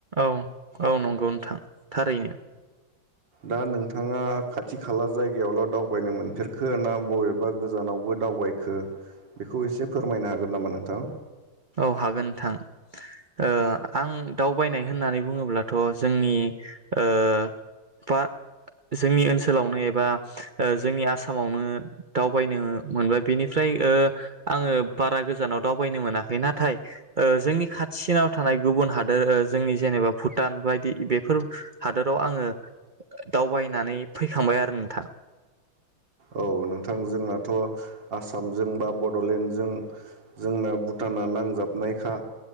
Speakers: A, on the right; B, on the right.
A: औ औ नंगौ नोंथां थारैनो।
B: दा नोंथाङा खाथि खाला जायगायावल' दावबायनो मोनफेरखो ना बबेबा गोजानावबो दावबायखो बेखौ एसे फोरमायनो हागोन नामा नोंथां।
A: औ हागोन नोंथां ओ आं दावबायनाय होननानै बुङोब्लाथ' जोंनि ओ बा जोंनि ओनसोलावनो एबा जोंनि आसामावनो दावबायनो मोनबाय बेनिफ्राय आङो बारा गोजानाव दावबायनो मोनाखै नाथाय जोंनि खाथिनाव थानाय गुबुन हादोर जोंनि जेनेबा भुटान बायदि बेफोर हादोराव आङो दावबायनानै फैखांबाय आरो नोंथां।
B: औ नोंथां जोंनाथ' आसामजों बा बड'लेण्डजों जोंना भुटाना नांजाबनायखा